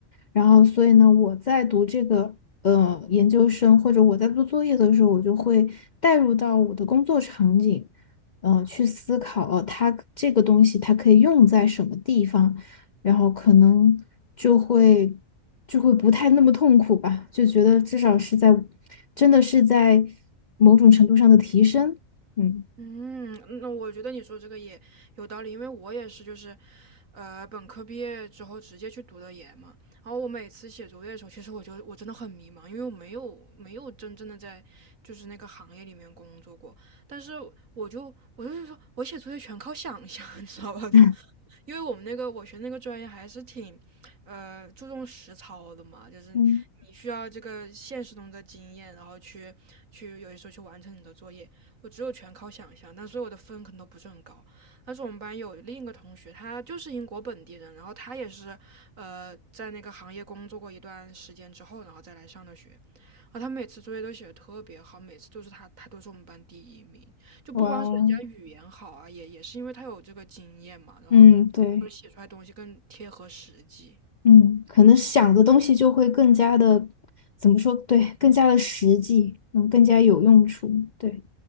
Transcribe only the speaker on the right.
嗯，嗯那我觉得你说这个也有道理，因为我也是，就是，呃，本科毕业之后直接去读的研嘛。然后我每次写作业的时候，其实我就我真的很迷茫，因为我没有没有真正的在就是那个行业里面工作过。但是我就我就是说我写作业全靠想象，<laughs> 你知道吧？就
因为我们那个我学那个专业还是挺，呃，注重实操的嘛，就是你需要这个现实中的经验，
然后去去有些时候去完成你的作业。我只有全靠想象，但所以我的分可能都不是很高。但是我们班有另一个同学，他就是英国本地人，然后他也是呃在那个行业工作过一段时间之后，然后再来上的学。然后他每次作业都写的特别好，每次都是他，他都是我们班第一名。就不光是人家语言好啊，
也也是因为他有这个经验嘛，然后
就是写出来的东西更贴合实际。